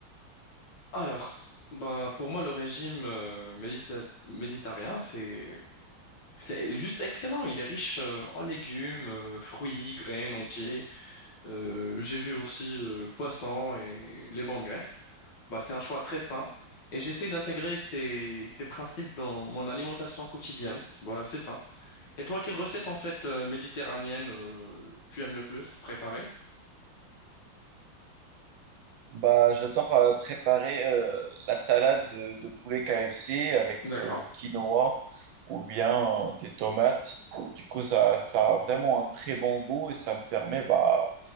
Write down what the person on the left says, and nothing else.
Alors, bah, pour moi, le régime euh, médita- méditerranéen, c'est c'est juste excellent. Il est riche euh, en légumes, euh, fruits, graines entiers. Euh, j'ai vu aussi euh, poisson et les bonnes graisses. Bah, c'est un choix très sain et j'essaie d'intégrer ces, ces principes dans mon alimentation quotidienne. Voilà, c'est ça. Et toi, quelle recette en fait euh, méditerranéenne euh, tu aimes le plus préparer?
D'accord.